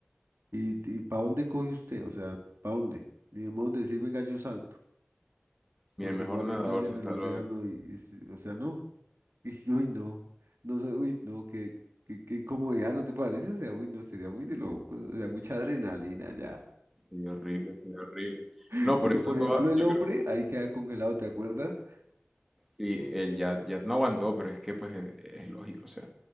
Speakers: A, on the right; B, in the centre.
A: y, ¿para dónde coge usted? O sea, ¿para dónde? Ni debemos decir, venga, yo salto, porque
B: Mi mejor
A: igual
B: nadador
A: estás en
B: se
A: el
B: salva.
A: océano
B: ahí.
A: y, y se- o sea, no, <laughs> y, uy, no, no sé, uy, no, qué, qué, qué incomodidad, ¿no te parece? O sea, uy, no, sería muy de loco, o sea, mucha adrenalina ya,
B: Sería horrible, sería horrible.
A: <laughs>
B: No,
A: porque
B: por eso
A: por
B: toda,
A: ejemplo el
B: yo
A: hombre
B: creo,
A: ahí queda congelado, ¿te acuerdas?
B: sí, el ya, ya no aguantó, pero es que pues e- es, lógico, o sea,